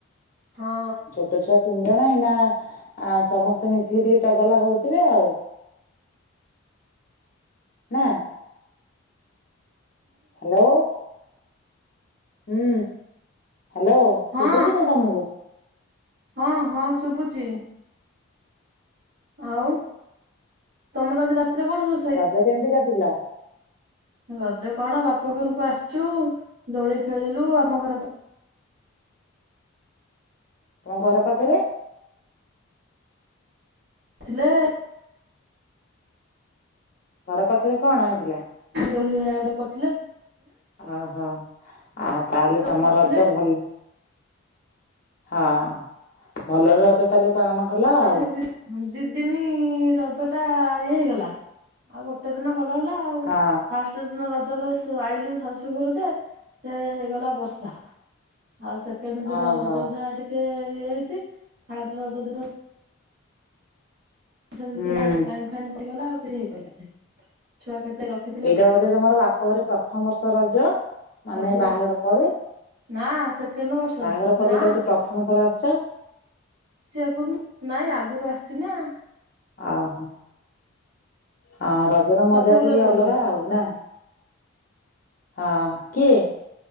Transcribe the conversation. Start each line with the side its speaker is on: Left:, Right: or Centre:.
Right: ହଁ।
Left: ଛୋଟ ଛୁଆ ତିନି ଜଣ ଏଇନା ଆ ସମସ୍ତେ ମିଶିକି ଟିକେ ଚଗଲା ହଉଥିବେ ଆଉ। ନାଁ? ହାଲୋ। ହୁଁ ହାଲୋ
Right: ହଁ
Left: ଶୁଭୁଚି ନା ତମୁକୁ?
Right: ହଁ ହଁ ଶୁଭୁଚି। ଆଉ ତମର ଆଜି ରାତିରେ କଣ ରୋ
Left: ରଜ କେମିତି କଟିଲା?
Right: ରଜ କଣ ବାପ ଘରକୁ ଆସିଚୁ ଦୋଳି ଖେଳିଲୁ ଆମ ଘର
Left: ତମ ଘର ପାଖରେ
Right: ସିଲୁ
Left: ଘର ପାଖେରେ କଣ ହେଇଥିଲା?
Right: ଦୋଳି ଭଳିଆ ଗୋଟେ କରିଥିଲେ।
Left: ଓହୋ ଆଉ ତାହେଲେ ତମ
Right: କରିଥିଲେ
Left: ରଜ ଭଲ ହଁ ଭଲରେ ରଜ ତାହେଲେ ପାଳନ କଲ
Right: ବର୍ଷା
Left: ଆଉ।
Right: ହେଇକି ଦି ଦିନି ରଜଟା ଇଏ ହେଇଗଲା ଆଉ ଗୋଟେ ଦିନ ଭଲ ହେଲା।
Left: ହଁ।
Right: ଗୋଟେ ଦିନ ରଜରେ ସେ ଆଇଲୁ ଶାଶୁ ଘରୁ ଯେ ସେ ହେଇଗଲା ବର୍ଷା। ଆଉ ସେକେଣ୍ଡ ଦିନ
Left: ଓହୋ
Right: ରଜ ଯାହା ଟିକେ ଇଏ ହେଇଚି, ଥାର୍ଡ ରଜ ଦିନ ସେନ୍ତି
Left: ହୁଁ
Right: ନାଇ ପାଣି ଫାଣୀ କରିଗଲା ଆଉ କିଛି ହେଇପାରିଲା ନାହିଁ, ଛୁଆ କେତେ ରଖି
Left: ଏଇଟା ବୋଧେ ତମର ବାପଘରେ ପ୍ରଥମ ବର୍ଷ ରଜ ମାନେ
Right: ସବୁ
Left: ବାହାଘର ପରେ?
Right: ନା ସେକେଣ୍ଡ ବର୍ଷ
Left: ବାହାଘର ପରେ
Right: ନା
Left: ଏଇଟା ବୋଧେ ପ୍ରଥମ ଥର ଆସିଚ?
Right: ସିଆ କହୁନୁ ନାଇ ଆଗରୁ ଆସିଚି ନା।
Left: ଓହୋ। ହଁ ରଜର
Right: ପ୍ରଥମ
Left: ମଜା ଟିକେ
Right: ରଜ
Left: ଅଲଗା
Right: ବୋଧେ
Left: ଆଉ ନା, ହଁ କିଏ?